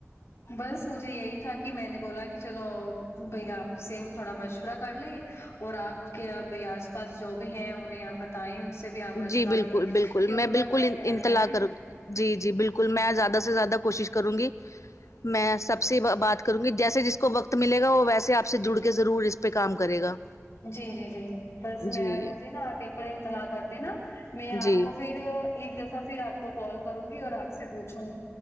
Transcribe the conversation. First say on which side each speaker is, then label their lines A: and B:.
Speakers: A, on the left; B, on the left.
A: بس مجھے یہی تھا کہ میں نے بولا کہ چلو بھ آپپی سے تھوڑا مشورہ کر لیں اور آپ کے یہ ب آس پاس جو بھی ہے انہیں یہ ب تائیں ان سے بھی آپ مشورہ
B: جی بالکل
A: لیں
B: بالکل
A: کہ ان
B: میں
A: کا
B: بالکل
A: کیا کہنا
B: انطلاع
A: ہے
B: کروں جی جی بالکل میں زیادہ سے زیادہ کوشش کروں گی میں سب سے بات کروں گی جیسے جس کو وقت ملے گا وہ ویسے آپ سے جڑ کے ضرور اس پہ کام کرے گا
A: جی جی جی بس میں
B: جی
A: مجھے نا آپ ایک بار امطلاع کر د نا میں آپ
B: جی
A: کو پھر ایک دفعہ پھر آپ کو کال کروں گی اور آپ سے پوچھوں